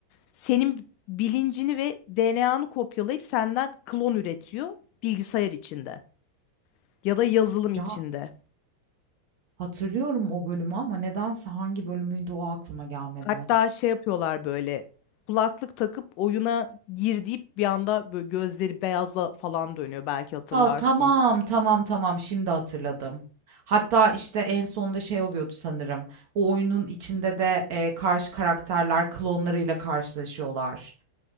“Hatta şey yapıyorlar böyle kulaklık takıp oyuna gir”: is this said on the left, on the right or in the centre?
Left